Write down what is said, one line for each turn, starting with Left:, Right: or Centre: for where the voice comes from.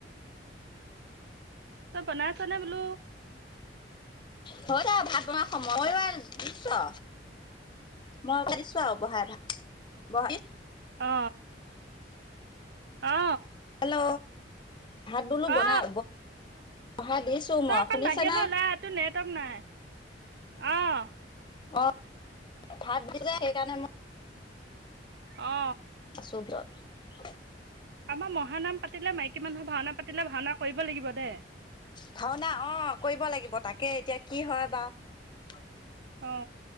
Right: তই বনাই আছ নে বোলো।
Left: হয় ভাত বনোৱা খয়ো আৰু দিছো মই দিছো আৰু বহাই ভাত বহাই।
Right: অ। অ
Left: হেল্ল ভাত বলো
Right: অ
Left: বনাই। বহাই দিছো
Right: তই
Left: মই
Right: অকণ
Left: শুনিছা
Right: বাহিৰলৈ
Left: না
Right: ওলাই অহা নেটৱৰ্ক নাই। অ।
Left: অ', ভাত দি যায় সেইকাৰণে মই।
Right: অ
Left: চব যাত <unintelligible>
Right: আমাৰ মহানাম পাতিলে মাইকী মানুহৰ ভাওনা পাতিলে ভাওনা কৰিব লাগিব দে।
Left: ভাওনা অ কৰিব লাগিব তাকে এতিয়া কি হয় বাাৰ।
Right: অ।